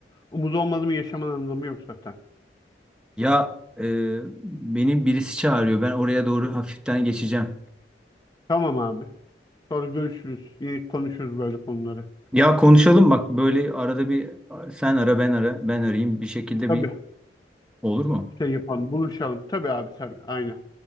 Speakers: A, on the left (about 20°); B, in the centre.
A: Umut olmadı mı yaşamanın anlamı yok zaten.
B: Ya e, beni birisi çağırıyor. Ben oraya doğru hafiften geçeceğim.
A: Tamam abi. Sonra görüşürüz. Yine konuşuruz böyle konuları.
B: Ya konuşalım bak böyle arada bir sen ara ben ara ben arayayım bir şekilde
A: Tabii.
B: bir olur mu?
A: Şey yapalım. Buluşalım. Tabii abi tabii. Aynen.